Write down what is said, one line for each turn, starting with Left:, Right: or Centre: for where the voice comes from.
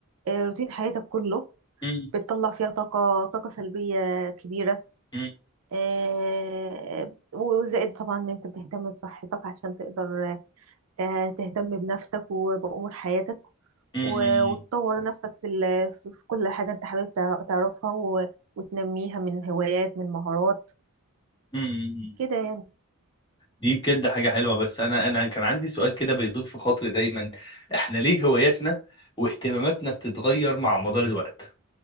Right: آه، روتين حياتك كله
Left: مم،
Right: بتطلع فيها طاقة طاقة سلبية كبيرة
Left: مم،
Right: آه، وزائد طبعا ان انت بتهتم بصحتك عشان تقدر آه، تهتم بنفسك وبأمور حياتك
Left: مم،
Right: و-
Left: مم،
Right: وتطور نفسك في ال- في في كل حاجة انت حابب تعر- تعرفها و- وتنميها من هوايات من مهارات
Left: مم، مم.
Right: كده يعني
Left: دي بجد حاجة حلوة بس أنا أنا كان عندي سؤال كده بيدور في خاطري دايما إحنا ليه هواياتنا واهتماماتنا بتتغير مع مدار الوقت؟